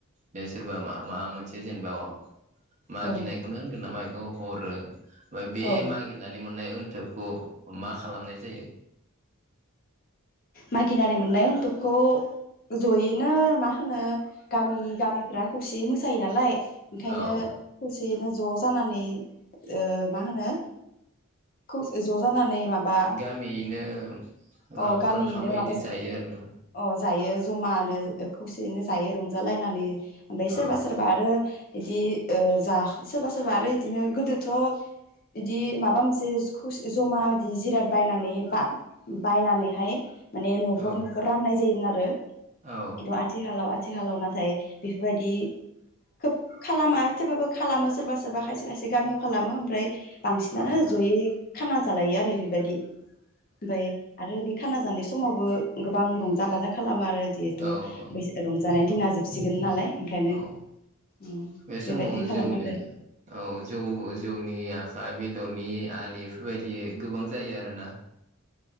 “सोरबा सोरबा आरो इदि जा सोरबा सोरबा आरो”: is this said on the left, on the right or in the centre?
Left